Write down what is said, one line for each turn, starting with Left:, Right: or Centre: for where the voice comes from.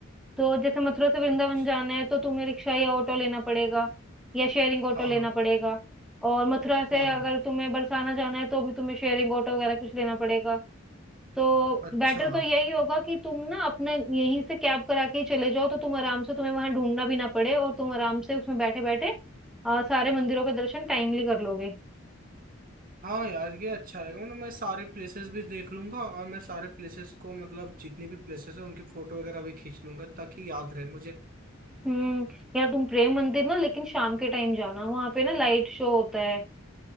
Centre: तो जैसे मथुरा से वृंदावन
Right: अच्छा
Centre: जाना है तो तुम्हें रिक्शा या ऑटो लेना पड़ेगा या शेयरिंग ऑटो
Right: हाँ
Centre: लेना पड़ेगा और मथुरा से
Right: हाँ
Centre: अगर तुम्हें बरसाना जाना है तो भी तुम्हें शेयरिंग ऑटो वगैरह कुछ लेना पड़ेगा तो
Right: अच्छा
Centre: बेटर तो यही होगा कि तुम ना अपने यहीं से कैब करा के ही चले जाओ तो तुम आराम से तुम्हें वहां ढूंढना भी ना पड़े और तुम आराम से उसमें बैठे बैठे सारे मंदिरों के दर्शन टाइमली कर लोगे
Right: हाँ यार ये अच्छा रहेगा मतलब मैं सारे प्लेसेस भी देख लूंगा और मैं सारे प्लेसेस को मतलब जितनी भी प्लेसेस है उनकी फोटो वगैरह भी खींच लूंगा ताकि याद रहे मुझे
Centre: हम्म यार तुम प्रेम मंदिर ना लेकिन शाम के टाइम जाना वहां पे ना लाइट शो होता है